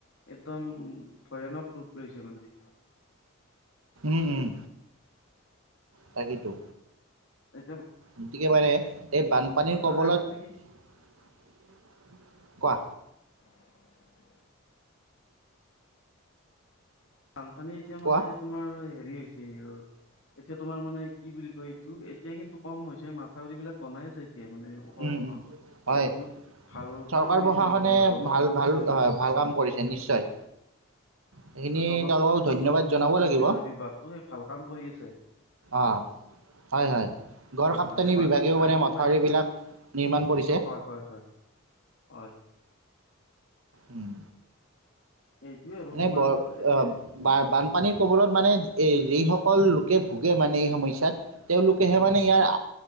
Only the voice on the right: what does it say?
উম উম। তাকেইটো।
গতিকে মানে এই বানপানীৰ
কবলত
কোৱা।
কোৱা
উম, উম, হয়
চৰকাৰ
প্ৰশাসনে
ভাল ভাল
হয় ভাল কাম কৰিছে নিশ্চয় সেইখিনি
তেওঁলোকক
ধন্যবাদ
জনাব লাগিব
অঁ, হয়, হয়। গড়
কাপ্তানি
বিভাগেও মানে
মথাউৰিবিলাক
নিৰ্মাণ কৰিছে।
উম।
মানে
ব
ব বান পানীৰ কবলত মানে এ যিসকল লোকে ভোগে মানে এই সমস্যা ত, তেওঁলোকেহে
ইয়াৰ